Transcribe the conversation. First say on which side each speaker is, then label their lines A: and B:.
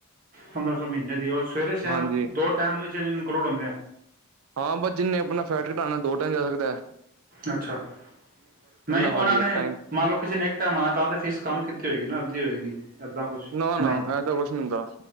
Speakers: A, on the right (about 40°); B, on the right (about 70°).
A: ਪੰਦਰਾਂ ਸੌ ਮਹੀ <unintelligible> <inaudible> ਸਵੇਰੇ ਸ਼ਾਮ
B: ਹਾਂਜੀ
A: ਦੋ ਟਾਈਮ ਇਨਕਲੂਡ ਹੁੰਦੇ ਆ
B: ਹਾਂ ਬਸ ਜਿੰਨੇ ਆਪਣਾ ਫੈਟ ਘਟਾਉ ਦੋ ਟਾਈਮ ਜਾ ਸਕਦਾ ਹੈ
A: ਅੱਛਾ ਨਹੀਂ ਉਹਨਾਂ
B: ਖਾਲੀ
A: ਨੇ
B: ਇੱਕ ਟਾਈਮ
A: ਮੰਨ ਲਓ ਕਿਸੇ ਨੇ <inaudible> ਤਾਂ ਤੇ ਫੀਸ ਕੰਮ ਕੀਤਾ ਏਗੀ ਨਾ ਅੱਧੀ ਹੋਏਗੀ ਏਦਾਂ ਕੁਛ
B: ਨਾ ਨਾ
A: ਨਹੀਂ
B: ਇਹ ਤਾਂ ਕੁਛ ਨੀ ਹੁੰਦਾ